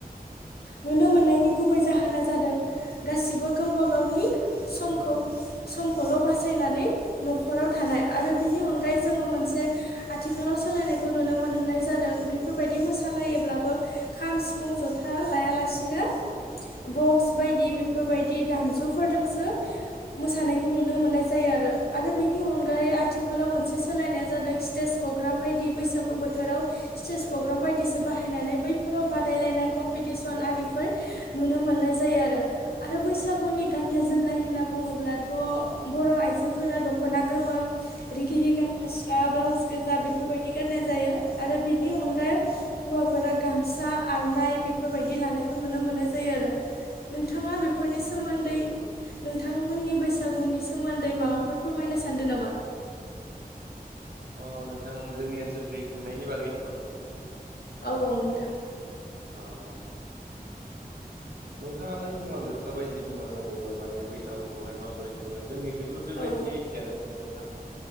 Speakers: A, on the left (about 80°); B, on the right (about 80°).
A: नुनो मोननायनि गुबै जाहोना जादों गासिबो गावबा गावनि खौ समखौल' बासायनानै न'खराव थानाय आरो बिनि अनगायै जोङो मोनसे आथिखालाव सोलायनायखौ नुनो मोननाय जादों बेफोरबायदि मोसा सालायोब्लाबो खाम सिफुं जथा लायालासिनो बक्स बायदि बेफोरबायदि दामजुफोरजोंसो मोसानायखौ नुनो मोननाय जायो आरो आरो बेनि अनगायै आथिखालाव मोनसे सोलायनाया जादों स्टेज प्रग्राम बायदि बैसागु बोथोराव स्टेज प्रग्राम बायदिसिना बाहायनानै बैफोराव बादायलायनाय कम्पिटिसन आरिफोर नुनो मोननाय जायो आरो आरो बैसागुनि गाननाय जोमनाय होनना बुङोब्लाथ' बर' आइजोफोरा दख'ना गोमो रिगि रिगां फास्रा ब्लाउस गोजा बेफोरबायदि गाननाय जायो आरो बिनि अनगायै हौवाफोरा गामसा आरनाय बेफोरबायदि लानायखौ नुनो मोननाय जायो आरो नोंथाङा बेफोरनि सोमोन्दै नोंथांमोननि बैसागुनि सोमोन्दै माबाफोर फोरमायनो सानदों नामा <inaudible>
B: अ नोंथां जोंनि ओनसोलखै खुंनायनि बागै नामा नोंथां
A: औ औ नोंथां
B: औ औ नोंथाङानो बुंलांजोबखाबाय जि बुंलांनांगौमोन माने बैसागुखौहाय माबोरै खुङो जोंनि बेबो बेबायदिनो
A: औ
B: एखेयानो खुङो नोंथां।